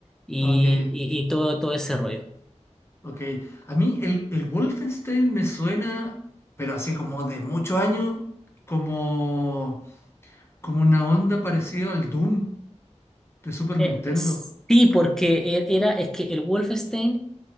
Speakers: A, in the centre; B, on the left.
A: y,
B: Ok.
A: y, y todo, todo ese rollo.
B: Ok, a mí el, el Wolfenstein me suena, pero así como de muchos años, como, como una onda parecida al Doom de Super
A: Eh,
B: Nintendo.
A: sí, porque e- era, es que el Wolfenstein